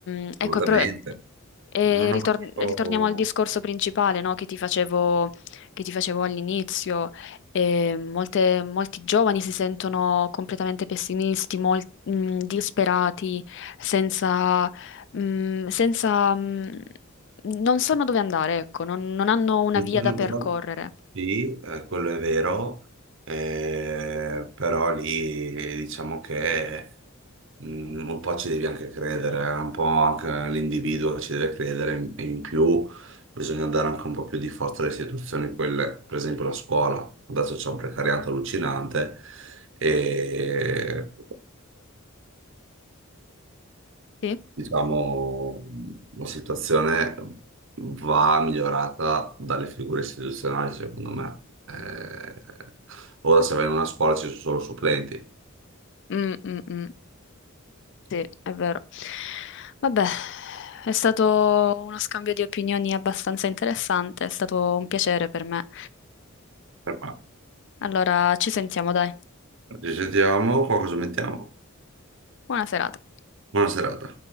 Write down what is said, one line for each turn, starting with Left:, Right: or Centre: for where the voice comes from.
Left: mm,
Right: Assolutamente.
Left: ecco, però. E
Right: Non
Left: ritor-
Right: ho mai... oh,
Left: ritorniamo al discorso principale, no, che ti facevo, che ti facevo all'inizio. Eh, molte- molti giovani si sentono completamente pessimisti, mol- mh, disperati, senza, mh, senza, mh, non sanno dove andare, ecco, non, non hanno una
Right: giusto,
Left: via
Right: non
Left: da percorrere.
Right: dovrò- Sì, eh, quello è vero, eh, però lì eh, diciamo che mm, un po' ci devi anche credere, eh, un po' anche l'individuo ci deve credere, in in più bisogna dare anche un po' più di forza alle istituzioni, quelle, per esempio la scuola, adesso c'è un precariato allucinante e...
Left: Sì,
Right: Diciamo, la situazione va migliorata dalle figure istituzionali, secondo me. Eh, ora se vai in una scuola ci sono solo supplenti.
Left: Mm, mm, mm. Sì, è vero. Vabbè, è stato uno scambio di opinioni abbastanza interessante, è stato un piacere per me.
Right: Però,
Left: Allora, ci sentiamo, dai.
Right: Ci sentiamo, qua cosa mettiamo?
Left: Buona serata.
Right: Buona serata.